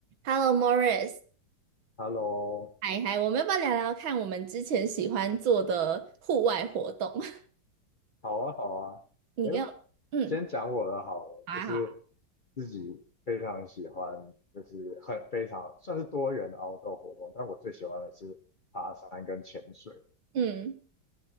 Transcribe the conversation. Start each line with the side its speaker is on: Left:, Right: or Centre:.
Right: Hello, Morris，
Left: Hello，
Right: 嗨嗨，我们要不要聊聊看我们之前喜欢做的户外活动？<laughs>
Left: 好啊，好啊。
Right: 你跟我，
Left: 哎，
Right: 嗯
Left: 先讲我的好了，
Right: 好啊，
Left: 就是自己非常喜欢，
Right: 好啊，
Left: 就是很非常算是多元的 outdoor 活动，但我最喜欢的是爬山跟潜水，
Right: 嗯，